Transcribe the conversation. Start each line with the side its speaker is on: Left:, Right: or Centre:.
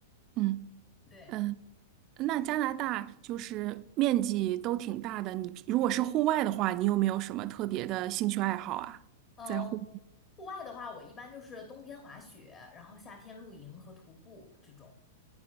Right: 嗯
Left: 对。
Right: 嗯，那加拿大就是面积都挺大的，你如果是户外的话，你有没有什么特别的兴趣爱好啊？
Left: 嗯，
Right: 在户
Left: 户外的话，我一般就是冬天滑雪，然后夏天露营和徒步这种。